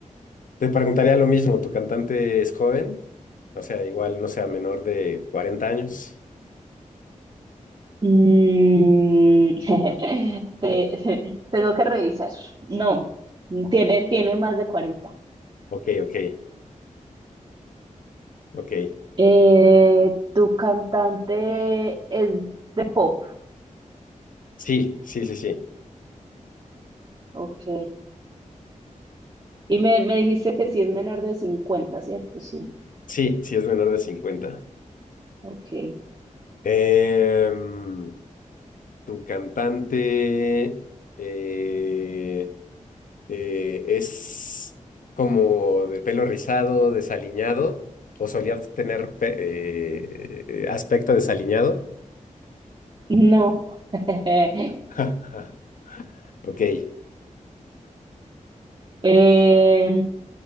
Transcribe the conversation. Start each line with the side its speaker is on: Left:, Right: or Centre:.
Left: Te preguntaría lo mismo, ¿tu cantante es joven? O sea, igual, no sea menor de cuarenta años.
Right: Mm, <laughs> Te- <laughs> tengo que revisar. no, tiene, tiene más de 40.
Left: Ok, ok, ok.
Right: Eh, tu cantante es de pop.
Left: Sí, sí, sí, sí.
Right: Ok. Y me, me dijiste que sí es menor de 50, ¿cierto? Sí.
Left: Sí, sí es menor de cincuenta.
Right: Ok.
Left: Em, tu cantante... eh, eh, es como de pelo rizado, desaliñado, o solía tener pe- eh, eh, aspecto desaliñado.
Right: No. <laughs>
Left: <laughs> Ok.
Right: Eh,